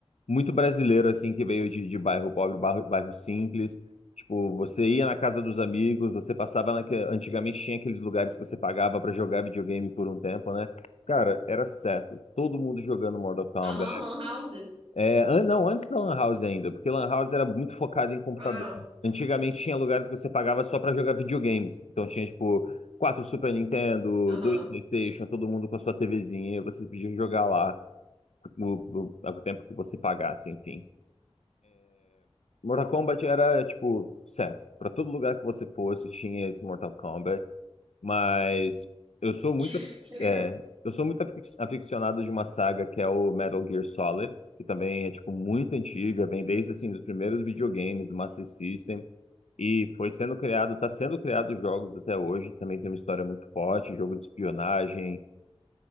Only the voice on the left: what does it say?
muito brasileiro assim que veio de, de bairro pobre, bairro, bairro simples. Tipo, você ia na casa dos amigos, você passava naque... antigamente tinha aqueles lugares que você pagava para jogar videogame por um tempo, né? Cara, era certo. Todo mundo jogando Mortal Kombat.
É, an- não, antes da Lan House ainda, porque Lan House era muito focado em computador.
Antigamente tinha lugares que você pagava só pra jogar videogames. Então tinha, tipo, quatro Super Nintendo,
dois PlayStation,
todo mundo com a sua TVzinha, você podia jogar lá no, no, ao tempo que você pagasse, enfim. Mortal Kombat era, tipo, certo. Pra todo lugar que você fosse, tinha esse Mortal Kombat. Mas eu sou muito,
é, eu sou muito afic- aficionado de uma saga que é o Metal Gear Solid, que também é tipo muito antiga, vem desde assim dos primeiros videogames do Master System e foi sendo criado, está sendo criado jogos até hoje. Também tem uma história muito forte, jogo de espionagem.